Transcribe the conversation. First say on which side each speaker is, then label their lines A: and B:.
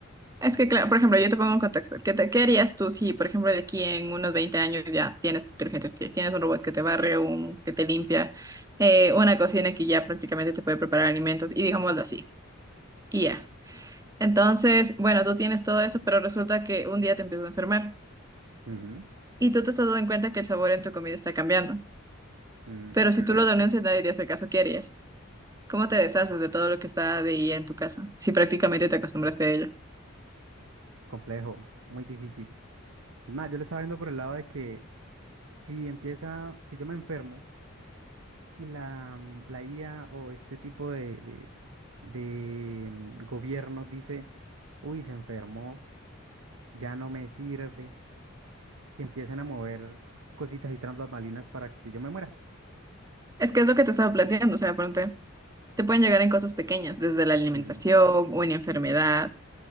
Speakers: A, on the right; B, on the right.
A: Es que, claro, por ejemplo, yo te pongo en contexto. ¿Qué, te, qué harías tú si, por ejemplo, de aquí en unos 20 años ya tienes tu inteligencia artificial, tienes un robot que te barre, un que te limpia, eh, una cocina que ya prácticamente te puede preparar alimentos y digámoslo así, y ya. Entonces, bueno, tú tienes todo eso, pero resulta que un día te empiezas a enfermar
B: Ujú,
A: y tú te estás dando en cuenta que el sabor en tu comida está cambiando.
B: mm.
A: Pero si tú lo denuncias, nadie te hace caso, ¿qué harías? ¿Cómo te deshaces de todo lo que está de IA en tu casa si prácticamente te acostumbraste a ello?
B: Complejo, muy difícil. Es más, yo lo estaba viendo por el lado de que si empieza, si yo me enfermo y la, mm, la IA o este tipo de, de, de, mm, gobierno dice, uy, se enfermó, ya no me sirve, que empiecen a mover cositas y trampas balinas para que yo me muera.
A: Es que es lo que te estaba planteando, o sea, pronto. Te pueden llegar en cosas pequeñas, desde la alimentación,
B: Ujú.
A: una enfermedad,